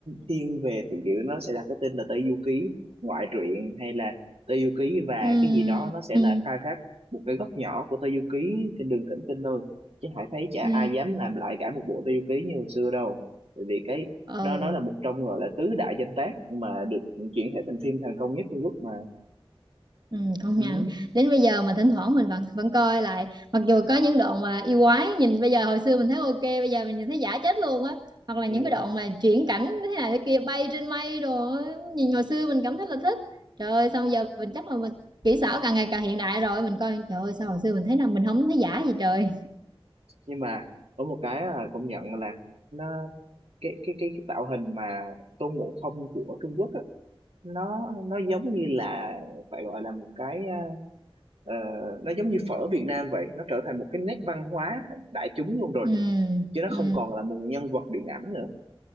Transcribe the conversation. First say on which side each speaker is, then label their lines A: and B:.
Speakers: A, on the right; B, on the right.
A: thiên về từ kiểu nó sẽ đặt cái tên là Tây du ký ngoại truyện hay là Tây du ký và
B: ừ
A: cái gì đó nó sẽ
B: ừ
A: là khai thác một cái góc nhỏ của Tây du ký trên đường thỉnh kinh thôi. Chứ Hải thấy chả
B: ừ
A: ai dám làm lại cả một bộ Tây du ký như hồi xưa đâu. Bởi vì cái
B: ừ
A: nó nó là một trong gọi là tứ đại danh tác mà được chuyển thể thành phim thành công nhất Trung Quốc mà.
B: Ừ, công
A: Ừ.
B: nhận đến bây giờ mà thỉnh thoảng mình vẫn vẫn coi lại mặc dù có những đoạn mà yêu quái nhìn bây giờ hồi xưa mình thấy ok bây giờ mình nhìn thấy giả chết luôn á hoặc là
A: Ừ.
B: những cái đoạn mà chuyển cảnh thế này thế kia bay trên mây rồi nhìn hồi xưa mình cảm thấy là thích trời ơi xong giờ mình chắc là mình kỹ xảo càng ngày càng hiện đại rồi mình coi trời ơi sao hồi xưa mình thấy là mình không thấy giả gì trời
A: nhưng mà có một cái là công nhận là nó cái cái cái, cái tạo hình mà Tôn Ngộ Không của Trung Quốc á nó nó giống như là phải gọi là một cái ờ, ờ, nó giống như phở Việt Nam vậy nó trở thành một cái nét văn hóa đại chúng luôn rồi
B: ừ
A: chứ nó
B: ừ
A: không còn là một nhân vật điện ảnh nữa